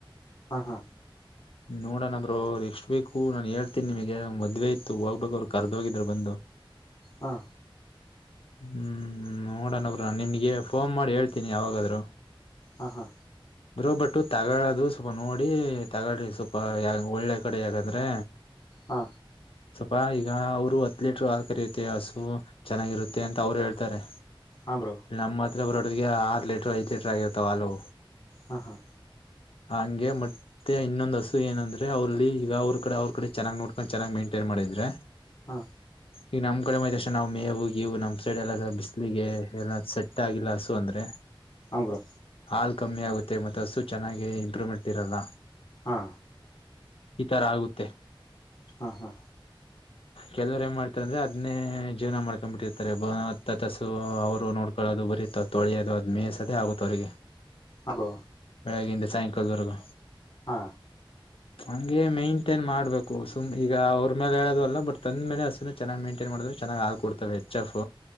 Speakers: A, on the left; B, on the left.
A: ಹಾ ಹಾ
B: ನೋಡಣ ಬ್ರೋ ನೆಕ್ಸ್ಟ್ ವೀಕು ನಾನ್ ಹೇಳ್ತೀನ್ ನಿಮಗೆ ಮದ್ವೆ ಇತ್ತು ಹೋಗ್ಬೇಕು ಅವ್ರು ಕರ್ದೋಗಿದ್ರು ಬಂದು.
A: ಹಾ
B: ಹ್ಮ್ ನೋಡಣರ ಬ್ರೋ ನಿಮ್ಗೆ ಫೋನ್ ಮಾಡಿ ಹೇಳ್ತೀನಿ ಯಾವಾಗಾದ್ರು.
A: ಹಾ ಹಾ
B: ಬ್ರೋ ಬಟ್ಟು ತಗೊಳ್ಳದು ಸ್ವಲ್ಪ ನೋಡಿ ತಗಳ್ರಿ ಸ್ವಲ್ಪ ಯ ಒಳ್ಳೆ ಕಡೆ ಯಾಕಂದ್ರೆ
A: ಹಾ
B: ಸ್ವಲ್ಪ ಈಗ ಅವರು ಹತ್ ಲೀಟರ್ ಹಾಲ ಕರಿಯುತ್ತೆ ಹಸು ಚೆನ್ನಾಗಿರುತ್ತೆ ಅಂತ ಅವ್ರ ಹೇಳ್ತಾರೆ
A: ಹಾಂ ಬ್ರೋ
B: ನಮ್ಮ ಹತ್ರ ಬರೋಟಿಗೆ ಆರ್ ಲೀಟರ್ ಐದ್ ಲೀಟರ್ ಆಗಿರ್ತಾವ ಹಾಲು.
A: ಹಾಂ ಹಾಂ
B: ಹಂಗೆ ಮತ್ತೆ ಇನ್ನೊಂದ್ ಹಸು ಏನಂದ್ರೆ ಅವ್ರಲ್ಲಿ ಈಗ ಅವ್ರ ಕಡೆ ಅವ್ರ ಕಡೆ ಚೆನ್ನಾಗ್ ನೋಡ್ಕೊಂಡು ಚೆನ್ನಾಗ ಮೇಂಟೈನ್ ಮಾಡಿ ಇದ್ರೆ
A: ಹಾಂ
B: ಈಗ ನಮ್ಮ ಕಡೆ ಮೈದ ತಕ್ಷಣ ನಾವ್ ಮೇವು ಗಿವು ನಮ್ ಸೈಡ್ ಎಲ್ಲ ಸ ಬಿಸ್ಲಿಗೆ ಎಲ್ಲ ಸೆಟ್ ಆಗಿಲ್ಲ ಹಸು ಅಂದ್ರೆ
A: ಹಾ ಬ್ರೋ
B: ಅಲ್ಲಿ ಕಮ್ಮಿ ಆಗುತ್ತೆ ಮತ್ತ ಹಸು ಚೆನ್ನಾಗಿ ಇಂಪ್ರೂವ್ಮೆಂಟ್ ಇರಲ್ಲ.
A: ಹಾ
B: ಇಥರ ಆಗುತ್ತೆ.
A: ಹಾ ಹಾ
B: ಕೆಲವರು ಏನ್ ಮಾಡ್ತಾರಂದ್ರೆ ಅದ್ನೇ ಜೀವನ ಮಾಡ್ತ ಮಾಡ್ಕೊಂಡ್ ಬಿಟ್ಟಿರ್ತಾರೆ ಬ ಹತ್ತ ಹತ್ತ ಹಸು ಅವ್ರು ನೋಡ್ಕೊಳ್ಳೋದು ಬರೀತ ತೊಳೆಯೋದು ಅದ ಮೇಸದೇ ಆಗುತ್ತೆ ಅವ್ರಿಗೆ.
A: ಹಾಂ ಬ್ರೋ
B: ಬೆಳಗ್ಗಿಂದ ಸಾಯಂಕಾಲದ್ ವರ್ಗೂ
A: ಹಾ
B: ಹಗೆ ಮೈಂಟೇನ್ ಮಾಡ್ಬೇಕು ಸುಮ್ ಈಗ ಅವ್ರ ಮೇಲೆ ಹೇಳೋದು ಅಲ್ಲ ಬಟ್ ತಂದ ಮೇಲೆ ಹಸುನ ಚೆನ್ನಾಗ್ ಮೈಂಟ ಮೆಂಟೇನ್ ಮಾಡಿದ್ರೆ ಚೆನ್ನಾಗ ಹಾಲ್ ಕೊಡ್ತವೆ ಎಚ್ ಎಫ್